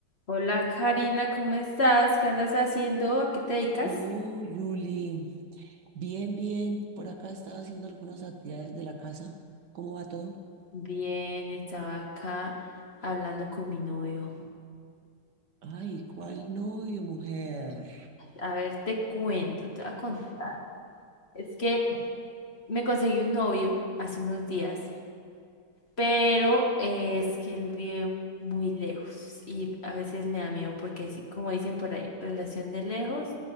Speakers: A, on the left; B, on the right.
A: Hola Karina, ¿cómo estás? ¿Qué andas haciendo? ¿A qué te dedicas?
B: ¿Qué hubo, Yuli? Bien, bien. Por acá estaba haciendo algunas actividades de la casa. ¿Cómo va todo?
A: Bien, estaba acá hablando con mi novio.
B: Ay, ¿cuál novio, mujer?
A: A ver, te cuento, te voy a contar. Es que me conseguí un novio hace unos días, pero eh, es que él vive muy lejos y a veces me da miedo porque, sí, como dicen por ahí, relación de lejos,